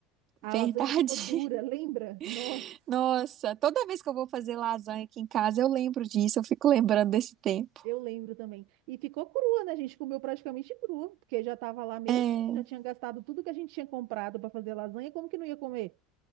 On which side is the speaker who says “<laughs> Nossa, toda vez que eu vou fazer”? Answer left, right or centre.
Right